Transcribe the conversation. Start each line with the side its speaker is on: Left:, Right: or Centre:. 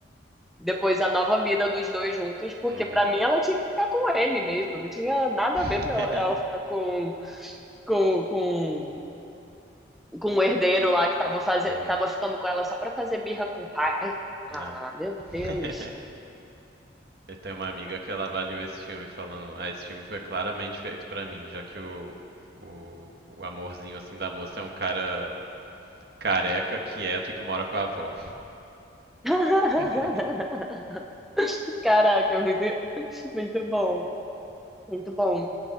Centre: depois a nova vida dos dois juntos, porque
Right: Uhum.
Centre: pra mim ela tinha que ficar com ele mesmo. Não tinha nada
Right: <laughs>
Centre: a ver pra ela ela ficar com, com, com, com o herdeiro lá que tava fazendo,
Right: Uhum.
Centre: tava ficando com ela só pra fazer birra com o pai. Ah,
Right: É.
Centre: meu
Right: <laughs>
Centre: Deus.
Right: Eu tenho uma amiga que ela avaliou esse filme falando, ah, esse filme foi claramente feito pra mim, já que o, o, o amorzinho assim da moça é um cara careca, quieto e que mora com a avó.
Centre: <laughs>
Right: <laughs>
Centre: Caraca, muito, muito bom. Muito bom.